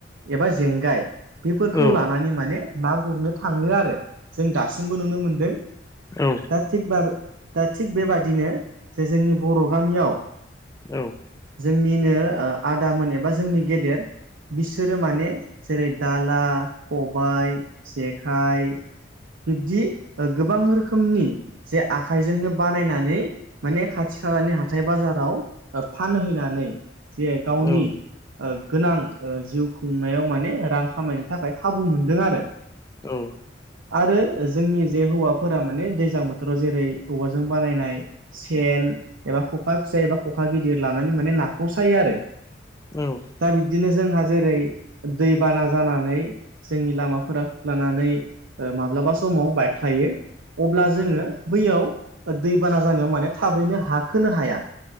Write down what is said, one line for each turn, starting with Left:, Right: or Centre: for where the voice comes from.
Right: एबा जेंगाय बेफोरखौ
Left: औ
Right: लानानै माने ना गुरनो थाङो आरो जों दासिमबो नुनो मोनदों
Left: औ
Right: दा थिग दा थिग बेबादिनो जे जोंनि बर' गामियाव
Left: औ
Right: जोंनिनो आदामोन एबा जोंनि गेदेर बिसोरो माने जेरै दाला खबाइ जेखाइ बिब्दि गोबां रोखोमनि जे आखाइजोंनो बानायनानै माने खाथि खालानि हाथाय बाजाराव फानहैनानै जे गावनि
Left: औ
Right: गोनां जिउ खुंनायाव माने रां खामायनो थाखाय खाबु मोनदों आरो
Left: औ
Right: आरो जोंनि जे हौवाफोरा माने दैज्लां बोथोराव जेरै औवाजों बानायनाय सेन एबा खखा फिसा एबा खखा गिदिर लानानै माने नाखौ सायो आरो
Left: औ
Right: दा बिब्दिनो जोंहा जेरै दैबाना जानानै जोंनि लामाफोरा खुख्लानानै माब्लाबा समाव बायख्लायो अब्ला जोङो बैयाव दैबाना जानायाव माने थाबैनो हाखोनो हाया